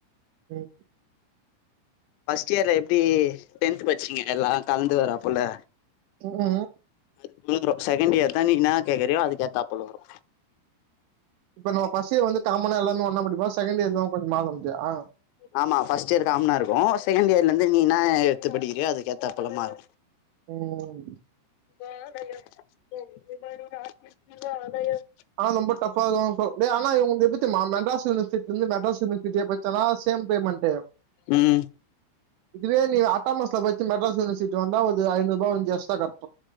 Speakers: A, on the right; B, on the left.
A: ம்
B: ஃபஸ்டியர்ல எப்டி டென்த் பச்சீங்க எல்லா கலந்து வராபொல
A: ம்கும்
B: <unintelligible> செகண்டியர்தா நீ இன்னா கேக்கிறியோ அதுக்கேத்தாப்போல வரு
A: இப்ப நம்ம ஃபஸ்ட்டியர் வந்து காமனா எல்லாருமே ஒன்னா படிப்போ செகண்ட்டியர்‌தா கொஞ்ச மாவஞ்சி ஆ
B: ஆமா ஃபர்ஸ்டியர் காம்னா இருக்கு செகண்டியர்லந்து நீ இன்னா எட்த்து படிக்கிறியோ அதுக்கு ஏத்தாப் போல மாறு
A: ம்
B: வாழையம் கொங்கு மணி நாட்டுக்கு வாழையம்
A: ஆனா ரொம்ப டஃப்பா <unintelligible> டேய் ஆனா இவுங்து எப்டி தெம்மா மெட்ராஸ் யுனிவர்சிட்டிலந்து மெட்ராஸ் யுனிவர்சிட்டி பச்சனா சே ஏம் பேமண்டு
B: உம்
A: இதுவே நீ அட்டாமஸ்ல பச்சு மெட்ராஸ் யுனிவர்சிட்டி வந்தா ஒது ஐநூதுபா வந்து எஸ்டா கட்